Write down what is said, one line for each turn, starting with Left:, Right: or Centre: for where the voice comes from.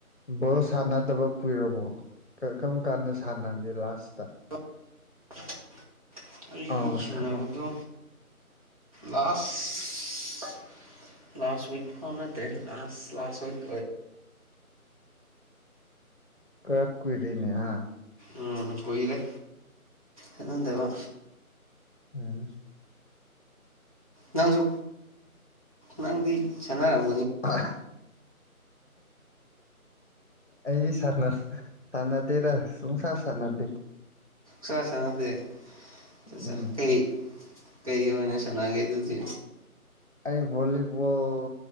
Left: ꯕꯣꯜ ꯁꯥꯟꯅꯗꯕ ꯀꯨꯏꯔꯕꯣ꯫ ꯀꯔꯝ ꯀꯥꯟꯗ ꯁꯥꯟꯅꯒꯦ ꯂꯥꯁꯇ꯫
Right: <unintelligible> ꯑꯩ
Left: ꯑꫭ
Right: ꯁꯥꯟꯅꯕꯗꯣ
Left: ꯁꯥꯅ
Right: ꯂꯥꯁ ꯂꯥꯁ ꯋꯤꯛ ꯐꯧ ꯅꯠꯇꯦ ꯂꯥꯁ ꯂꯥꯁ ꯍꫭꯏ
Left: ꯀ ꯀꯨꯏꯔꯦꯅꯦꯍꯥ꯫
Right: ꯎꯝ ꯀꯨꯏꯔꯦ ꯁꯥꯅꯗꯕ꯫
Left: ꯎꯝ
Right: ꯅꯪꯁꯨ ꯅꯪꯗꯤ ꯁꯅꯥꯔꯝ
Left: <unintelligible> ꯑꯩ ꯁꯥꯅ ꯁꯥꯟꯅꯗꯦꯗ꯫ ꯄꯨꯡꯁꯥ ꯁꯥꯟꯅꯗꯦ꯫
Right: ꯆꯥ ꯁꯥꯟꯅꯗꯦ ꯁꯁ
Left: ꯎꯝ
Right: ꯀꯩ ꯀꯩ ꯑꯣꯏꯅ ꯁꯥꯟꯅꯒꯦꯗꯨ ꯗꯤ
Left: ꯑꯩ ꯚꯣꯂꯤꯕꯣꯜ